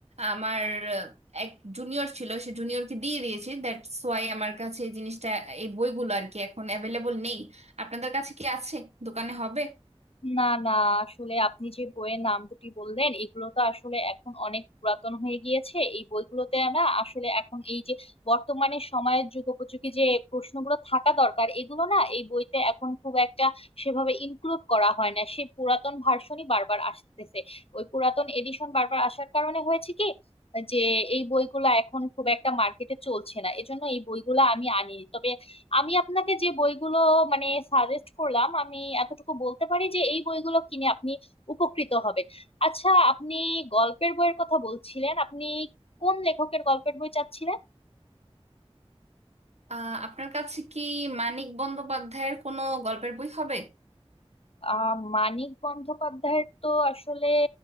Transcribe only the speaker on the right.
আমার আহ, এক জুনিয়র ছিল সে জুনিয়রকে দিয়ে দিয়েছি দ্যাটস ওয়াই আমার কাছে এই জিনিসটা এই বইগুলো আর কি এখন অ্যাভেলেবল নেই আপনাদের কাছে কি আছে দোকানে হবে
আহ আপনার কাছে কি মানিক বন্দ্যোপাধ্যায়ের কোনো গল্পের বই হবে